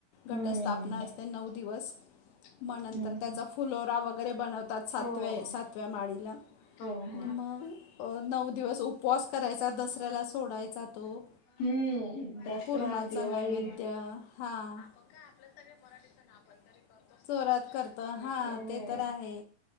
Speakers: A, on the left; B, on the left.
A: हम्म
B: घटस्थापना असते नऊ दिवस,, म नंतर
A: हम्म, हम्म.
B: त्याचा फुलोरा वगैरे बनत तात सातवे
A: हो
B: सातव्या माळीला,,
A: हो हो
B: म अं नऊ दिवस तो उपवास करायचा दसऱ्याला सोडायचा तो,
A: हम्म दसरा
B: पूर्णाचा
A: दिवाळी
B: नैवेद्य हा, आपण का, आपले सगळे मराठी सण आपण करीतो, जोरात करतो,
A: हो
B: हा, ते तर आहे.